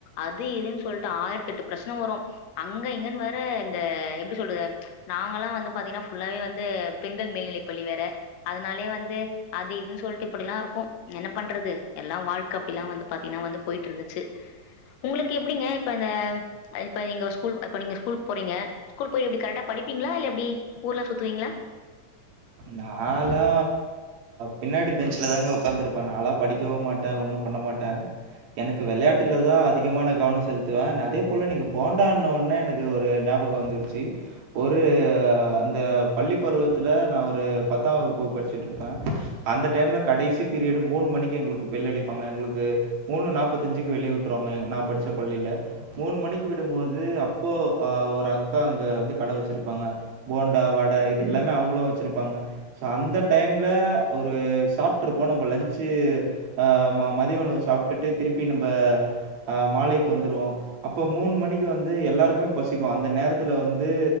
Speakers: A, on the left; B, on the right.
A: அது இதுன் சொல்ட்டு ஆயிரத்தெட்டு பிரஷ்ன வரு அங்க இங்கன் வேற இந்த எப்டி சொல்றது நாங்கல்லா வந்து பாத்தீங்னா ஃபுல்லாவே வந் து பெண்கள் மேல்நிலைப்பள்ளி வேற அதுனாலே வந்து அது இதுன் சொல்ட்டு இப்பிடிலா இருக்கு என்ன பண்றது எல்லா வாழ்க்க அப்டிலா வந்து பாத்தீன்னா வந்து போயிட்டுருந்துச்சு உங்களுக்கு எப்டிங்க இப்ப இந்த அ இப்ப நீங்க ஸ்கூல் இப்ப நீங்க ஸ்கூல்க் போறீங்க ஸ்கூல் போய் எப்டி கரட்டா படிப்பீங்ளா இல்ல எப்டி ஊர்லா சுத்துவீங்ளா
B: நாலா பின்னாடி பெஞ்சலதாங்க ஒக்காந்துருப்ப நாலா படிக்கவு மாட்ட ஒன்னு பண்ண மாட்ட எனக்கு வெளாட்டுலதா அதிகமான கவன செலுத்துவ அதே போல நீங்க போண்டான்னவோன்ன எனக்கு ஒரு ஞாபகம் வந் துருச்சி ஒரு அந்த பள்ளி பருவத்துல நா ஒரு பத்தா வகுப்பு படிச்சிட்ருப்ப அந்த டைம்ல கடைசி பீரியடு மூணு மணிக்கு எங்குளுக்கு பெல் அடிப்பாங்க எங்குளுக்கு மூணு நாப்பத்தஞ்சுக்கு வெளிய விட்ருவாங்க நா படிச்ச பள்ளில மூண் மணிக்கு விடும்போது அப்போ அ ஒரு அக்கா அங்க வந்து கட வச்சிருப்பாங்க போண்டா வட இது எல்லாமே அவுங்குளு வச் சிருப்பாங்க சோ அந்த டைம்ல ஒரு சாப்ட்ருப்போ நம்ப லஞ்ன்சு அ ம மதிய உணவு சாப்ட்டுட்டு திருப்பி நம்ப அ மாலைக் வந்துருவோ அப்ப மூண் மணிக்கு வந்து எல்லாருக்குமே பசிக்கு அந்த நேரத்துல வந்து